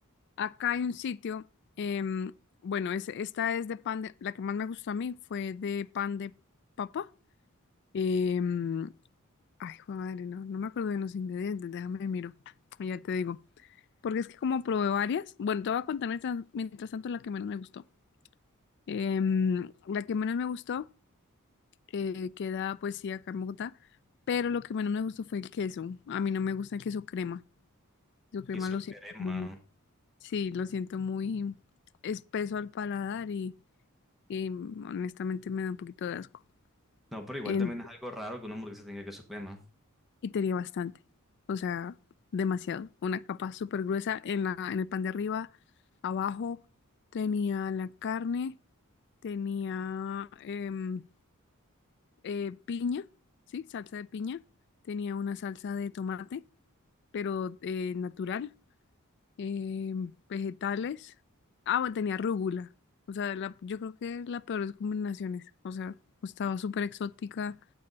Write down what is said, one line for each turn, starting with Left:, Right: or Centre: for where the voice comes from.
Left: Acá hay un sitio, em, bueno, es- esta es de pan de, la que más me gustó a mí fue de pan de papa. Em, ay, jue madre, no, no me acuerdo de los ingredientes, déjame miro, y ya te digo. Porque es que como probé varias, bueno, te voy a contar mientras, mientras tanto la que menos me gustó. Em, la que menos me gustó eh, queda pues sí acá en Bogotá, pero lo que menos me gustó fue el queso. A mí no me gusta el queso crema. El queso crema
Centre: Queso
Left: lo
Centre: crema.
Left: siento muy, sí, lo siento muy espeso al paladar y... y honestamente me da un poquito de asco.
Centre: No, pero igual
Left: En-
Centre: también es algo raro que una hamburguesa tenga queso crema.
Left: y tenía bastante, o sea, demasiado. Una capa súper gruesa en la, en el pan de arriba, abajo tenía la carne, tenía em, eh, piña, sí, salsa de piña, tenía una salsa de tomate, pero eh, natural. eh, vegetales. Ah, bueno, tenía rúgula. O sea, la- yo creo que la peor de combinaciones. O sea, estaba súper exótica,